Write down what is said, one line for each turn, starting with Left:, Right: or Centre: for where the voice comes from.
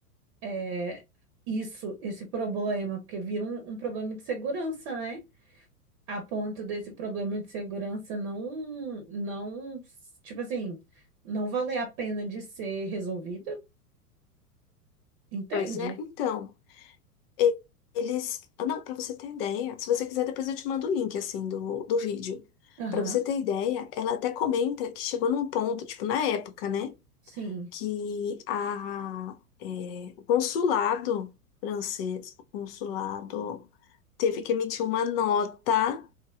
Right: é, isso, esse problema, porque vira um, um problema de segurança, né? A ponto desse problema de segurança não, não, tipo assim, não valer a pena de ser resolvido, entende?
Left: Pois é, então. E- Eles. ah, Não, pra você ter ideia, se você quiser, depois eu te mando o link, assim, do, do vídeo.
Right: Aham,
Left: Pra você ter ideia, ela até comenta que chegou num ponto, tipo, na época, né?
Right: sim.
Left: Que a, é, o consulado francês, o consulado, teve que emitir uma nota